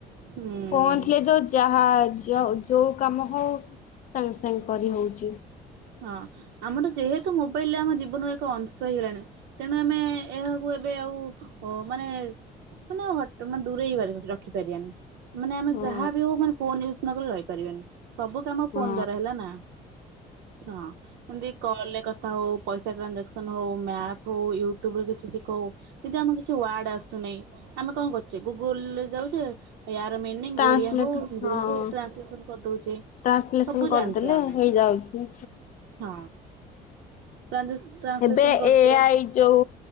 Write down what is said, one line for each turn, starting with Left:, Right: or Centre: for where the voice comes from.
Right: ହୁଁ।
Left: ଫୋନ୍ ଥିଲେ ଯୋଉ ଯାହା ଯ ଯୋଉ କାମ ହଉ ସାଙ୍ଗେ ସାଙ୍ଗେ କରି ହଉଛି।
Right: ହଁ ଆମର ଯେହେତୁ ମୋବାଇଲ ରେ ଆମ ଜୀବନର ଏକ ଅଂଶ ହେଇଗଲାଣି ତେଣୁ ଆମେ ଏହାକୁ ଏବେ ଆଉ ମାନେ ମାନେ ମାନେ ଦୂରେଇ ପାରି ରଖିପାରିବାନି। ମାନେ ଆମେ
Left: ହଁ
Right: ଯାହାବି ହଉ ମାନେ ଫୋନ୍ ଇଉଜ ନଗଲେ ରହିପାରିବେନି। ସବୁ କାମ
Left: ହଁ
Right: ଫୋନ୍ ଦ୍ଵାରା ହେଲା ନା। ହଁ ଏମିତି କଲେ କ ହଉ ପଇସା ଟ୍ରାଞ୍ଜାକ୍ସନ ହଉ ମ୍ୟାପ ହଉ ୟୁଟ୍ୟୁବରେ କିଛି ଶିଖଉ ଯଦି ଆମର କିଛି ୱାର୍ଡ ଆସୁନାହିଁ ଆମେ କଣ କରୁଛେ ଗୁଗୁଲ ଯାଉଛେ। ୟାର ମିନିଂ
Left: ଟ୍ରାନ୍ସଲେଟ
Right: ଓଡିଆ ହଉ ହିନ୍ଦୀରେ
Left: ହଁ
Right: ହଉ ଟ୍ରାନ୍ସଲେସନ କରିଦଉଛେ
Left: ଟ୍ରାନ୍ସଲେସନ
Right: ସବୁ
Left: କରିଦେଲେ
Right: ଜାଣିଛୁ ଆମେ।
Left: ହେଇଯାଉଛି
Right: ହଁ। ଟ୍ରାଞ୍ଜେସ ଟ୍ରାନ୍ସଲେସନ
Left: ଏବେ
Right: କରୁଚେ
Left: ଏ ଆଇ ଯଉ